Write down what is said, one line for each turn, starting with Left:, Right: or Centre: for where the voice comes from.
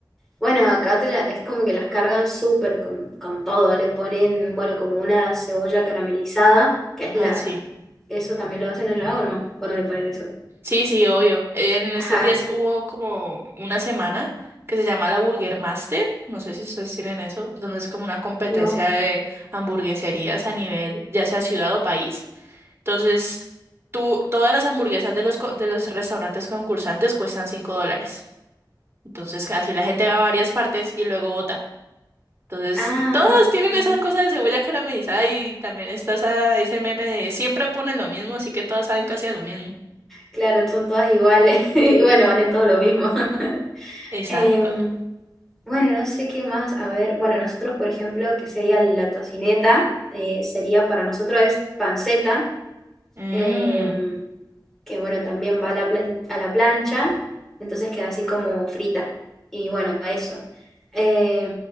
Centre: Bueno, acá te la- es como que las cargan súper con, con todo. Le ponen, bueno, como una cebolla caramelizada, que es
Right: Ah,
Centre: la...
Right: sí.
Centre: ¿Eso también lo hacen allá o no? ¿O no le ponen eso?
Right: Sí, sí, obvio. Eh, En
Centre: Ajá,
Right: estos días hubo como una semana que se llama la Burger Master, no sé si ustedes tienen eso, donde es como una competencia
Centre: no.
Right: de hamburgueserías a nivel, ya sea ciudad o país. Entonces, tú, todas las hamburguesas de los, co- de los restaurantes concursantes cuestan 5 dólares. Entonces, así la gente va a varias partes y luego vota. Entonces,
Centre: Ah,
Right: todas tienen
Centre: mm,
Right: esa cosa de cebolla caramelizada y también está esa, ese meme de siempre ponen lo mismo, así que todas saben casi a lo mismo.
Centre: claro, son todas iguales. <laughs> Y bueno, valen todo lo mismo. <laughs>
Right: Exacto.
Centre: Em, bueno, no sé qué más. A ver, bueno, nosotros, por ejemplo, que sería la tocineta, eh, sería para nosotros es panceta.
Right: Mm,
Centre: em, que bueno, también va a la, plan- a la plancha, entonces queda así como frita. Y bueno, eso. Eh,